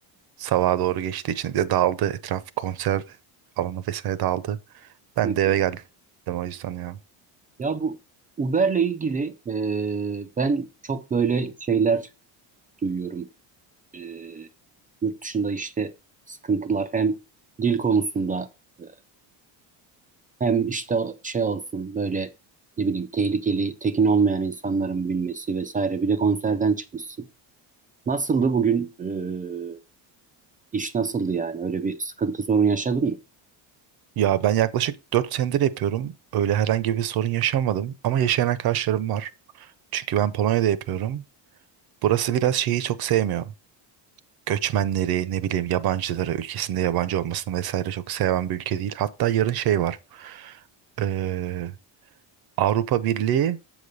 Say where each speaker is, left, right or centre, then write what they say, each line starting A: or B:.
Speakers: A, on the right; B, on the right.
A: Sabaha doğru geçtiği için bir de dağıldı. Etraf konser alanı vesaire dağıldı. Ben
B: Hı
A: de eve
B: hı.
A: geldim o yüzden ya.
B: Ya bu Uber'le ilgili ee, ben çok böyle şeyler duyuyorum. Ee, yurt dışında işte sıkıntılar hem dil konusunda e, hem işte şey olsun böyle ne bileyim tehlikeli tekin olmayan insanların bilmesi vesaire. Bir de konserden çıkmışsın. Nasıldı bugün? Ee, iş nasıldı yani? Öyle bir sıkıntı sorun yaşadın mı?
A: Ya ben yaklaşık 4 senedir yapıyorum. Öyle herhangi bir sorun yaşamadım ama yaşayan arkadaşlarım var. Çünkü ben Polonya'da yapıyorum. Burası biraz şeyi çok sevmiyor. Göçmenleri, ne bileyim yabancıları, ülkesinde yabancı olmasını vesaire çok seven bir ülke değil. Hatta yarın şey var. Ee, Avrupa Birliği